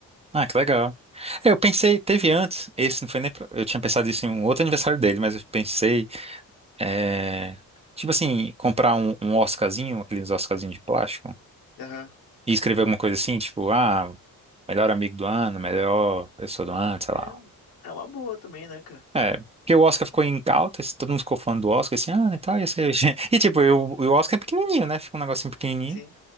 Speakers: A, on the right; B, on the left.
A: Ah, que legal. É, Eu pensei, teve antes, esse não foi nem. pro- Eu tinha pensado isso em um outro aniversário dele, mas eu pensei, é, tipo assim, comprar um, um Oscarzinho, aqueles Oscarzinhos de plástico,
B: Aham.
A: e escrever alguma coisa assim, tipo, ah, melhor amigo do ano, melhor pessoa do ano, sei
B: É,
A: lá.
B: é uma boa também, né, cara?
A: É, porque o Oscar ficou em alta, esse- todo mundo ficou falando do Oscar, assim, ah, e tal, ia ser. <laughs> E tipo, eu, o Oscar é pequenininho, né? Fica um negocinho pequenininho,
B: Sim.